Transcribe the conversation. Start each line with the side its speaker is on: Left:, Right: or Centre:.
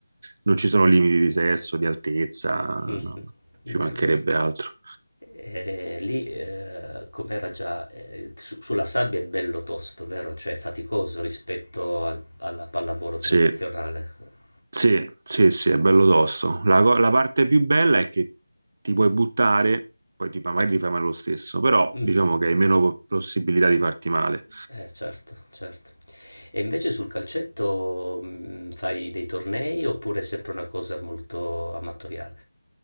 Right: non ci sono limiti di sesso, di altezza,
Left: Mh-mh.
Right: no,
Left: Bello,
Right: ci
Left: bello.
Right: mancherebbe altro.
Left: E lì, ehm, com'era già ehm, su sulla sabbia è bello tosto, vero? Cioè è faticoso rispetto al alla pallavolo
Right: Sì,
Left: tradizionale.
Right: sì, sì, sì, è bello tosto. La, co- la parte più bella è che ti puoi buttare, poi ti, magari ti fai male lo stesso, però
Left: Mh-mh.
Right: diciamo che hai meno po- possibilità di farti male.
Left: Eh, certo, certo. E invece sul calcetto mh, fai dei tornei oppure è sempre una cosa molto amatoriale?